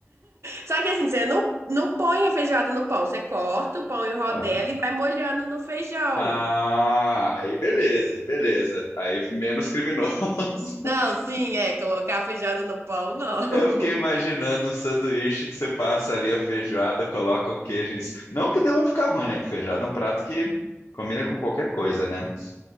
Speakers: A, on the right (about 60°); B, on the left (about 85°).
A: Só que, assim, você não, não põe a feijoada no pão, você corta o pão em rodela
B: Ah,
A: e vai molhando no feijão.
B: Ah, aí beleza, aí beleza. Aí menos criminoso. <laughs>
A: Não, sim, é, colocar a feijoada no pão, não. <laughs>
B: Eu fiquei imaginando um sanduíche que você passa ali a feijoada, coloca um queijo em cima. Não que deva ficar ruim, né? Que feijoada é um prato que combina com qualquer coisa, né?